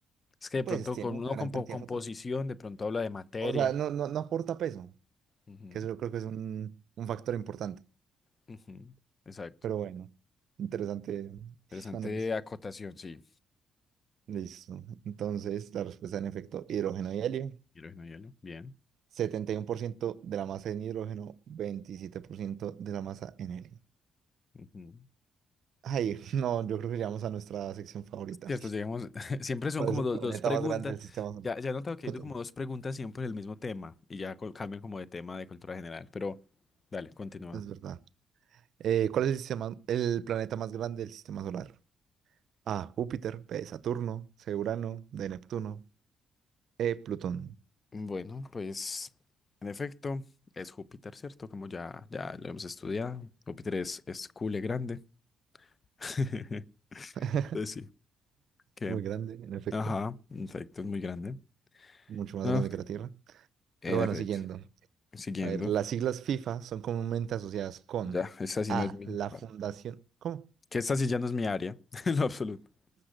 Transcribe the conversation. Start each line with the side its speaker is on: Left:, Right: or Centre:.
Left: Es que de
Right: pues
Left: pronto
Right: tiene
Left: con
Right: una
Left: uno
Right: gran
Left: compo-
Right: cantidad
Left: composición,
Right: de fotones.
Left: de pronto habla de materia.
Right: O sea, no, no, no aporta peso,
Left: Ujú,
Right: que eso yo creo que es un, un factor importante.
Left: ujú, Exacto.
Right: Pero bueno, interesante
Left: Interesante
Right: análisis.
Left: acotación, sí.
Right: Listo. Entonces, la respuesta en efecto, hidrógeno y helio.
Left: Hidrógeno, hielo, bien.
Right: 71% de la masa en hidrógeno, 27% de la masa en helio.
Left: Ujú.
Right: Ay, no, yo creo que llegamos a nuestra sección favorita.
Left: Cierto, llegamos, <laughs> siempre son
Right: ¿Cuál
Left: como
Right: es el
Left: dos,
Right: planeta
Left: dos preguntas.
Right: más grande del sistema solar?
Left: Ya, ya he notado que
Right: Cotón,
Left: hay como dos preguntas siempre del mismo tema y ya co- cambian como de tema de cultura general, pero dale, continúa.
Right: Es verdad. Eh, ¿cuál es el sistema, el planeta más grande del sistema solar? A. Júpiter. B. Saturno. C. Urano. D. Neptuno. E. Plutón.
Left: Bueno, pues en efecto es Júpiter, ¿cierto? Como ya, ya lo hemos estudiado. Júpiter es, es cule grande. <laughs>
Right: <laughs>
Left: Pues sí. Que,
Right: Muy grande, en efecto.
Left: ajá, en efecto, es muy grande.
Right: Mucho más
Left: Ah,
Right: grande que la Tierra.
Left: en
Right: Pero bueno,
Left: efecto,
Right: siguiendo.
Left: siguiendo.
Right: A ver, las siglas FIFA son comúnmente asociadas con
Left: Ya, esta sí
Right: A.
Left: no es mi.
Right: La
Left: bueno,
Right: Fundación. ¿Cómo?
Left: que esta sí ya no es mi área, <laughs> en lo absoluto.